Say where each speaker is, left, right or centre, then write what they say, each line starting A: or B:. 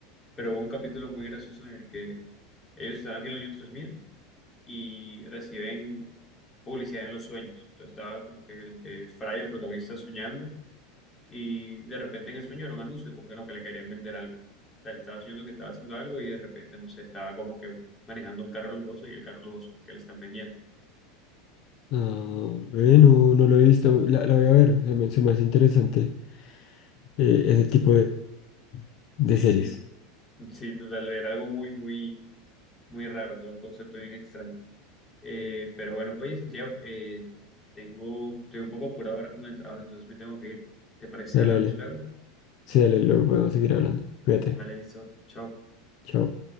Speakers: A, on the left; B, on the left.
A: pero hubo un capítulo muy gracioso en el que ellos estaban en el año 3000 y reciben publicidad en los sueños. Entonces estaba como que el, eh, Fry, el protagonista, soñando y de repente en el sueño era un anuncio, como que no, que le querían vender algo. O sea, le estaba soñando que estaba haciendo algo y de repente, no sé, estaba como que manejando un carro lujoso y el carro lujoso es el que le están vendiendo.
B: Ah, bueno, no no lo he visto, la, la voy a ver, se me, se me hace interesante eh, ese tipo de... de
A: Sí,
B: series.
A: sí, sí, total, era algo muy, muy muy raro, o sea, un concepto bien extraño. Eh, pero bueno, oye, Santiago, eh, tengo, estoy un poco apurado ahora con el trabajo, entonces me tengo que ir. ¿Te parece?
B: Dale,
A: si Hablamos
B: dale.
A: luego.
B: Sí, dale, luego podemos seguir hablando. Cuídate.
A: Vale, listo. Chao.
B: Chao.